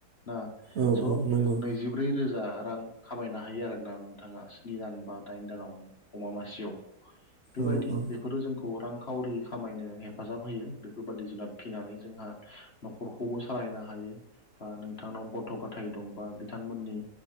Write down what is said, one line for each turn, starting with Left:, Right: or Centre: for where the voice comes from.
Left: ना
Right: औ
Left: स'
Right: औ नंगौ
Left: नैजिब्रै रोजा रां खामायनो हायो आरोना नोंथाङा स्नि दान बा दाइन दानावनो अमा मासेयाव। बेबायदि
Right: औ औ
Left: बेफोरो जोंखौ रांखावरि खामायनो हेफाजाब होयो बेफोरबादि जुनाद फिनानै जोंहा नखरखौबो सालायनो हायो बा नोंथांनाव गथ' गथाय दंबा बिथांमोननि